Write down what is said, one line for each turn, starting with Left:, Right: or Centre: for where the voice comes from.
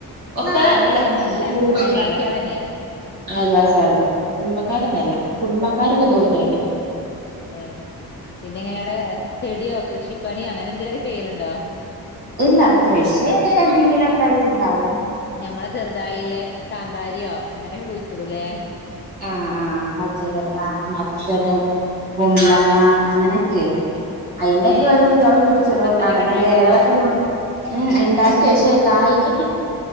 Right: ഒക്കേ
Left: ഉപ്പാന്റെ
Right: അല്ല
Left: അനിയൻ അല്ല
Right: ദൂരങ്ങളാ
Left: അയൽവാസികൾ തന്നെയാണ്
Right: ആൽവാസാരന്നെ കുടുംബക്കാരൊന്നല്ല
Left: ഏ
Right: കുടുംബക്കാരൊക്കേ ദൂരെയണേ
Left: ഏ പിന്നെ എങ്ങനെയവിടെ ചെടിയോ കൃഷിപ്പണിയോ അങ്ങനെ എന്തേലൊക്കെ ചെയ്യലുണ്ടോ?
Right: ഇല്ല കൃഷി ഇങ്ങനെ എന്തെങ്കിലുംക്കെ ഐറ്റം ഇണ്ടാവും
Left: ഞമ്മളെ ചെറുതായിലെ കാന്താരിയോ അങ്ങനെയൊക്കെ വെച്ചുള്ളൂ ല്ലേ
Right: ആഹ് ആഹ് പച്ചക്കറി ആഹ് മച്ചന് കുമ്പളങ്ങ അങ്ങനെയൊക്കെ
Left: ആ
Right: അതിനൊക്കെ
Left: ഏ
Right: ഓരോ കുരുവാൾ കുഴിച്ചിടും
Left: മത്തനൊക്കെ
Right: അങ്ങനെ
Left: ഉണ്ടാക്കീണോ
Right: എലകളൊക്കെ നോ ഉം ഇണ്ടാക്കി പക്ഷേ കായിച്ച്